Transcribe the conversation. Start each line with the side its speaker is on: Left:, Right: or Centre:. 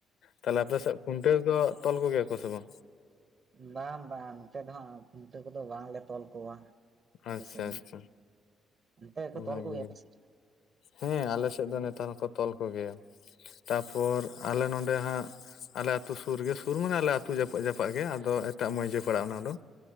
Left: ᱛᱟᱦᱞᱮ ᱟᱯᱮ ᱥᱮᱫ ᱠᱷᱩᱱᱴᱟᱹᱣ ᱠᱚ ᱛᱚᱞ ᱠᱚᱜᱮ ᱭᱟᱠᱚ ᱥᱮ ᱵᱟᱝ?
Right: ᱵᱟᱝ ᱵᱟᱝ, ᱱᱚᱛᱮ ᱫᱚᱦᱟᱸᱜ ᱠᱷᱩᱱᱴᱟᱹ ᱠᱚᱫᱚ ᱵᱟᱝᱞᱮ ᱛᱚᱞ ᱠᱚᱣᱟ᱾ ᱟᱞᱮ
Left: ᱟᱪᱪᱷᱟ,
Right: ᱥᱮᱫ
Left: ᱟᱪᱪᱷᱟ,
Right: ᱫᱚ ᱚᱱᱛᱮ ᱜᱮᱠᱚ
Left: ᱵᱷᱟᱜᱤ
Right: ᱛᱚᱞ ᱠᱚᱜᱮᱭᱟ
Left: ᱜᱮ,
Right: ᱟᱯᱮ ᱥᱮᱫ
Left: ᱦᱮᱸ ᱟᱞᱮ ᱥᱮᱫ ᱫᱚ ᱱᱮᱛᱟᱨ ᱦᱚᱸᱠᱚ ᱛᱚᱞ ᱠᱚᱜᱮᱭᱟ᱾ ᱛᱟᱯᱚᱨ ᱟᱞᱮ ᱱᱚᱸᱰᱮ ᱦᱟᱸᱜ ᱟᱞᱮ ᱟᱹᱛᱩ ᱥᱩᱨ ᱨᱮᱜᱮ, ᱥᱩᱨ ᱢᱟᱱᱮ ᱟᱞᱮ ᱟᱹᱛᱩ ᱡᱟᱯᱟᱜ ᱡᱟᱯᱟᱜ ᱜᱮ ᱟᱫᱚ ᱮᱴᱟᱜ ᱢᱟᱹᱭᱡᱟᱹ ᱯᱟᱲᱟᱜ-ᱟ ᱚᱱᱟ ᱫᱚ,